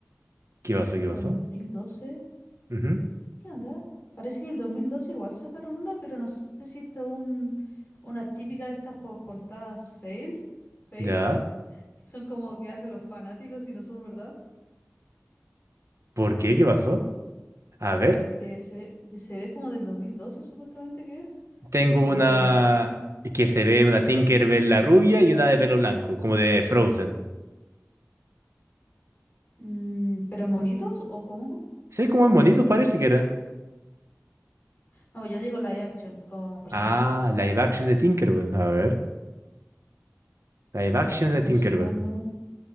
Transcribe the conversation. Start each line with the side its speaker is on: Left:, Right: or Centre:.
Right: ¿Qué pasó? ¿Qué
Left: dos
Right: pasó?
Left: mil doce
Right: Ujú,
Left: ¿Qué onda? Parece que el 2012 igual sacaron una, pero no sé si esto es un, una típica de estas por- portadas failed, fail,
Right: Ya.
Left: que son como que hacen los fanáticos y no son verdad,
Right: ¿Por qué? ¿Qué pasó? A ver,
Left: porque se ve, de- se ve como del 2012 supuestamente que es.
Right: tengo
Left: A
Right: una
Left: ver, live action.
Right: que se ve una Tinkerbell la rubia y una de pelo blanco, como de Frozen.
Left: Mm, ¿pero monitos o cómo?
Right: Sí, como en bonitos parece que era.
Left: No, pues yo digo live action, con personas.
Right: Ah, live action de Tinkerbell. A ver, live
Left: A
Right: action
Left: ver, buscando.
Right: de Tinkerbell.